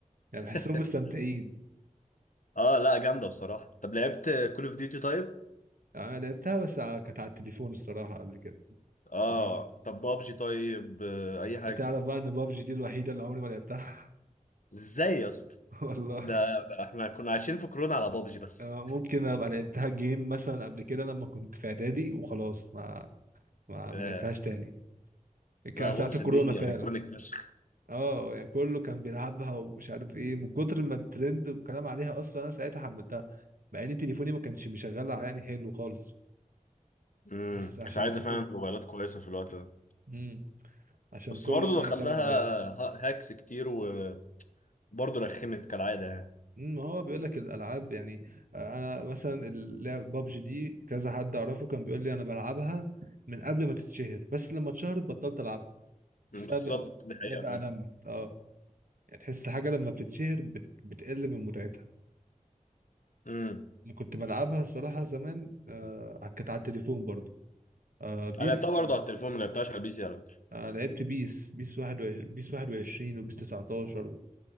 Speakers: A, on the right; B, on the left.
A: يعني
B: <laughs>
A: بحسهم مستمتعين
B: اه لا جامدة بصراحة طب لعبت كول اوف ديوتي طيب
A: آه، انا لعبتها بس ع- كانت على التليفون الصراحه قبل كده
B: اه
A: ما
B: طب بابجي طيب آه، اي حاجة
A: تعرف بقى ان بابجي دي الوحيده اللي عمري ما لعبتها
B: ازاي يا اسطى
A: <laughs> والله
B: ده, ده احنا كنا عايشين في كورونا على بابجي بس
A: آه، ممكن ابقى لعبتها جيم مثلا قبل كده لما كنت في اعدادي وخلاص ما ما, ما
B: آه.
A: لعبتهاش تاني كان
B: لا
A: ساعة
B: بابجي
A: الكورونا
B: دي
A: فعلا
B: ايكونيك فشخ
A: اه يعني كله كان بيلعبها ومش عارف ايه من كتر ما الترند والكلام عليها اصلا انا ساعتها حملتها مع ان تليفوني ما كانش مشغل يعني حلو خالص
B: امم
A: بس عشان
B: كانت عايزه
A: الترند
B: فعلا موبايلات كويسه في الوقت ده
A: امم عشان
B: بس
A: كله
B: برضه
A: عمال
B: دخل
A: يتكلم
B: لها
A: عليها
B: ها- هاكس كتير وبرضه رخمت كالعاده يعني
A: امم ما هو بيقول لك الالعاب يعني آه، انا مثلا اللعب بابجي دي كذا حد اعرفه كان بيقول لي انا بلعبها من قبل ما تتشهر بس لما اتشهرت بطلت العبها
B: مم،
A: بسبب
B: بالظبط
A: ال...
B: دي حقيقه
A: هي بقى
B: فعلا
A: لمت اه يعني تحس الحاجه لما بتتشهر بت... بتقل من متعتها
B: امم
A: اللي كنت بلعبها الصراحة زمان آه كانت على التليفون برضو آه بيس
B: انا لعبتها برضه على التليفون ما لعبتهاش على البي سي على فكره
A: آه لعبت بيس بيس واحد وعش... بيس واحد وعشرين وبيس تسعتاشر